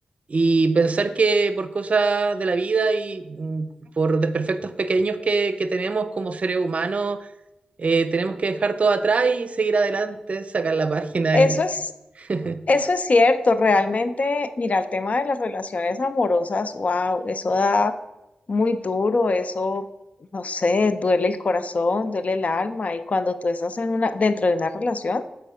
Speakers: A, on the right; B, on the left.
A: y pensar que por cosas de la vida y mm, por desperfectos pequeños que, que tenemos como seres humanos, eh, tenemos que dejar todo atrás y seguir adelante, sacar la página
B: eso
A: y...
B: es,
A: <laughs>
B: eso es cierto, realmente, mira, el tema de las relaciones amorosas, wow, eso da muy duro, eso, no sé, duele el corazón, duele el alma, y cuando tú estás en una, dentro de una relación,